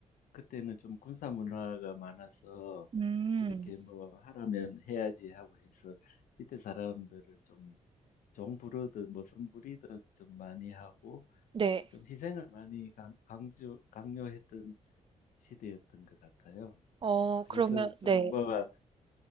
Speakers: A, on the left; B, on the right.
A: 그때는 좀 군사 문화가 많아서
B: 음,
A: 이렇게 뭐 하라면 해야지 하고 해서 이때 사람들을 좀 종부르듯 뭐 선부리듯 좀 많이 하고
B: 네.
A: 좀 희생을 많이 강, 강조 강요했던 시대였던 것 같아요.
B: 어,
A: 그래서
B: 그러면,
A: 좀
B: 네.
A: 뭐가